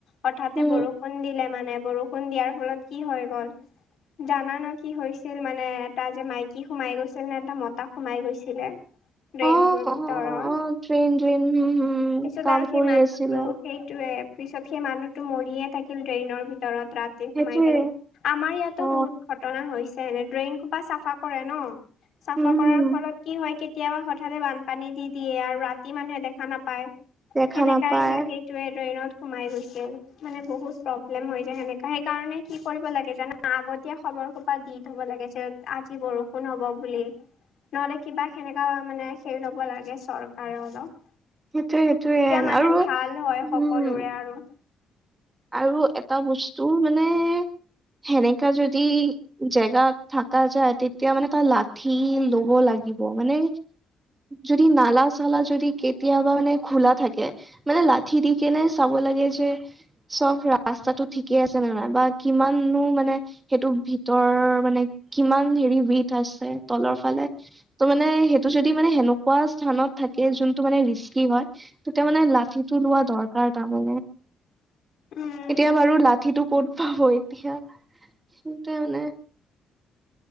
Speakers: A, on the left (about 65°); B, on the right (about 20°).
A: হঠাতে
B: উম
A: বৰষুণ দিলে মানে বৰষুণ দিয়াৰ ফলত কি হৈ গল। জানান কি হৈছিল মানে এটা যে মাইকী সোমাই গৈছিল নে এটা মত টা সোমাই গৈছিলে ড্ৰেইনটোৰ
B: অ অ
A: ভিতৰত?
B: অ ড্ৰেইন ড্ৰেইন হম হম
A: পিছত
B: কাম
A: আৰু সেই
B: কৰি
A: মানহটো,
B: আছিলে
A: সেইটোয়ে পিছত সেই মানুহতো মৰিয়ে থাকে ড্ৰেইনৰ ভিতৰত ৰাতি সোমাই
B: সেইটোৱে
A: কেনে। আমাৰ ইয়াতো
B: অ
A: বহুত ঘট ঘটনা হৈছে এনে ড্ৰেইন সোপা চাফা কৰে ন?
B: হম
A: চাফা কৰাৰ
B: হম
A: ফলত কি হয় কেতিয়াবা হঠাতে বানপানী দি দিয়ে আৰু ৰাতি মানুহে দেখা নাপায়।
B: দেখা
A: সেনেকা
B: নাপায়
A: যে সেইটোৱে ড্ৰেইনত সোমাই গৈছিল, মানে বহুত প্ৰব্লেম হৈ যায় সেনেকা। সেইকাৰণে কি কৰিব লাগে জানা আগত এতিয়া খবৰ সোপা দি থব লাগে যে আজি বৰষুণ হ'ব বুলি। নহলে কিবা সেনেকা মানে হেৰি ল'ব লাগে চৰকাৰৰ অলপ।
B: সেইটোয়ে সেইটোয়ে
A: তেতিয়া মানে
B: আৰু
A: ভাল হয়
B: উম
A: সকলোৰে আৰু।
B: আৰু এটা বস্তু মানে সেনেকা যদি জেগাত থকা যায়, তেতিয়া মানে তাৰ লাঠি লব লাগিব মানে যদি নালা চালা যদি কেতিয়াবা মানে খোলা থাকে। মানে লাঠি দি কেনে চাব লাগে যে চব ৰাস্তাতটো ঠিকে আছে ন নাই বা কিমাননো মানে সেইটো ভিতৰ মানে কিমান হেৰি বিধ আছে তলৰ ফালে ত মানে সেইটো যদি মানে সেনেকুৱা স্থানত থাকে যোনটো মানে ৰিস্কি হয়, তেতিয়া মানে লাঠিটো লোৱা দৰকাৰ তাৰমানে।
A: উম,
B: এতিয়া
A: উম।
B: বাৰু লাঠিটো ক'ত পাব এতিয়া। সেইটোৱে মানে